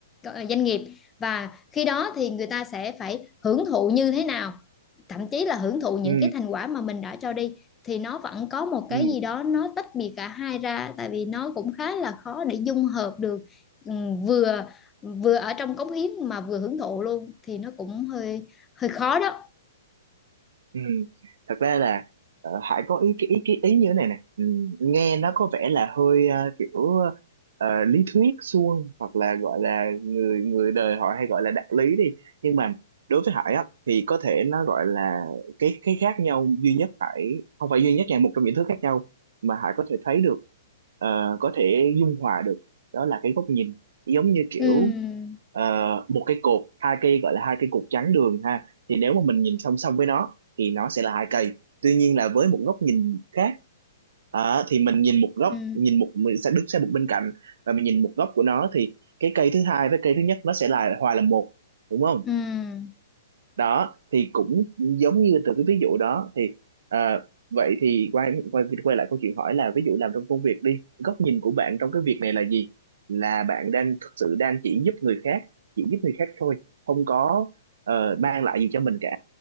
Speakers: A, on the left; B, on the right.
A: ờ, doanh nghiệp và khi đó thì người ta sẽ phải hưởng thụ như thế nào thậm chí là hưởng thụ những
B: Ừ,
A: cái thành quả mà mình đã cho đi thì nó vẫn có một cái
B: ừ.
A: gì đó nó tách biệt cả hai ra tại vì nó cũng khá là khó để dung hợp được ừ, vừa vừa ở trong cống hiến mà vừa hưởng thụ luôn thì nó cũng hơi hơi khó đó
B: Ừ. Thật ra là ờ, Hải có ý cái ý cái ý như thế này nè ừ. Nghe nó có vẻ là hơi ờ, kiểu ờ, lý thuyết suông hoặc là gọi là người người đời họ hay gọi là đạo lý đi nhưng mà đối với Hải á thì có thể nó gọi là cái cái khác nhau duy nhất Hải không phải duy nhất nha một trong những thứ khác nhau mà Hải có thể thấy được ờ, có thể dung hòa được đó là cái góc nhìn giống như kiểu
A: ừ
B: ờ, một cái cột hai cây gọi là hai cây cột trắng đường ha thì nếu mà mình nhìn song song với nó thì nó sẽ là hai cây tuy nhiên là với một góc nhìn khác Ờ, thì mình nhìn một góc
A: ừ
B: nhìn một mình sẽ đứng sang một bên cạnh và mình nhìn một góc của nó thì cái cây thứ hai với cây thứ nhất nó sẽ là hòa là một đúng không
A: ừ
B: đó thì cũng giống như từ cái ví dụ đó thì ờ, vậy thì quay quay quay lại câu chuyện hỏi là ví dụ làm trong công việc đi góc nhìn của bạn trong cái việc này là gì là bạn đang thực sự đang chỉ giúp người khác chỉ giúp người khác thôi không có ờ, mang lại gì cho mình cả